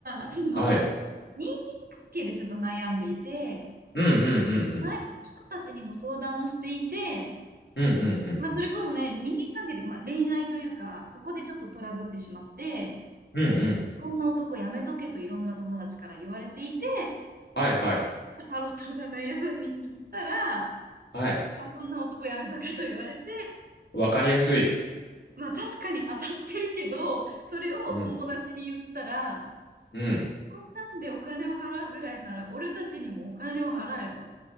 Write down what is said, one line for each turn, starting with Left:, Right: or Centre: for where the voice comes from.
Right: か、その、
Left: はい。
Right: 人間関係でちょっと悩んでいて、
Left: うんうんうんうん。
Right: 周りの人たちにも相談をしていて、
Left: うんうんうんうん。
Right: まあ、それこそね、人間関係で、まあ、恋愛というか、そこでちょっとトラブってしまって、
Left: うんうんうん。
Right: そんな男やめとけといろんな友達から言われていて、
Left: はいはい。
Right: タロット占い屋さんに行ったら、
Left: はい。
Right: まあ、そんな男やめとけと言われて、
Left: わかりやすい。
Right: まあ確かに当たってるけど、それを友達に言ったら、
Left: うん。うん。
Right: そんなんでお金を払うぐらいなら俺たちにもお金を払えと。